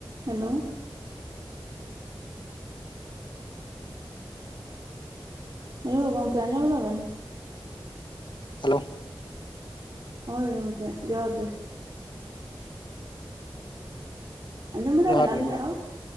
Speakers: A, on the right (about 45°); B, on the left (about 60°).
A: Hello hello ᱜᱚᱝᱠᱮ ᱟᱸᱡᱚᱢᱫᱟᱵᱮᱱ
B: hello
A: ᱦᱳᱭ ᱜᱚᱝᱠᱮ ᱡᱚᱦᱟᱨ ᱜᱮ ᱟᱸᱡᱚᱢ ᱮᱫᱟᱵᱮᱱ
B: ᱡᱚᱦᱟᱨ
A: ᱟᱹᱞᱤᱧᱟᱜ
B: ᱜᱮ ᱡᱚᱦᱟᱨ
A: ᱨᱚᱲ